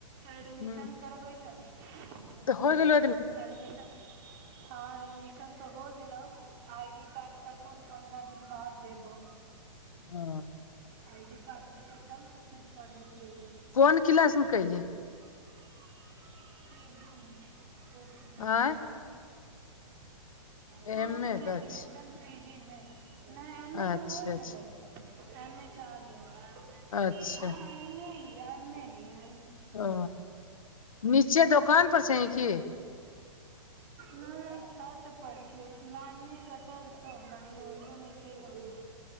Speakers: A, on the right (about 40°); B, on the left (about 75°).
A: एडमिशन
B: हूँ
A: करबै ले हूंम्म
B: तऽ हो गेलो
A: एडमिशन हँ, एडमिशन तऽ भऽ गेलौ। आइ डी कार्ड कलखुन, पन्द्रह दिन बाद देबो
B: ओ
A: आइडी कार्ड देतै, तब ने फेर पढ़ै लए जैबै
B: कोन किलास मे कहीयै
A: पी जी मे पोस्ट ग्रेजुएशन
B: आँय
A: <unintelligible> पोस्ट
B: एम ए अच्छा
A: ग्रेजुएशन पी जी मे नहि एम ए तऽ
B: अच्छा
A: होय
B: अच्छा
A: गेलै एम ए तऽ आगे
B: अच्छा
A: हय हँ एम ए हीय एम ए हीय
B: ओ नीचे दोकान पर
A: ओकरेमे
B: छहीं की
A: नहि छत पर छियौ लाइने कटल छौ लाइनो एबो नहि कैलौ हन